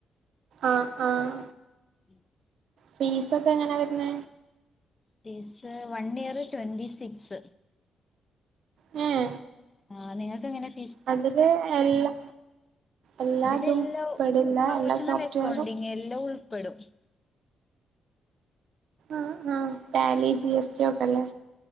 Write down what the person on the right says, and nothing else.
ആഹ് ആഹ്
ഫീസ് ഒക്കെ എങ്ങനെ വരുന്ന.
ഉം
അതില് എല്ലാ എല്ലാതും
പെടില്ല
എല്ലാ സോഫ്റ്റ്വെയറും
ആ ആഹ ട്ടേലി ജി എസ് ടി ഒക്കെല്ലേ